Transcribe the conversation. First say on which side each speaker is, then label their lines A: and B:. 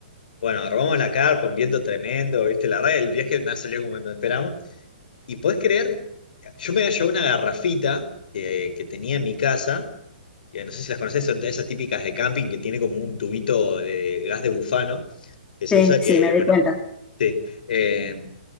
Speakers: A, on the left (about 65°); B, on the left (about 15°).
A: Bueno, armamos la carpa, un viento tremendo, ¿viste? La verdad, el viaje no salió como lo esperamos. Y podés creer, yo me había llevado una garrafita que, que tenía en mi casa, que no sé si las conocés, son de esas típicas de camping que tiene como un tubito de gas de bufano, que se
B: Sí,
A: usa que,
B: sí, me doy
A: bueno,
B: cuenta.
A: sí. eh,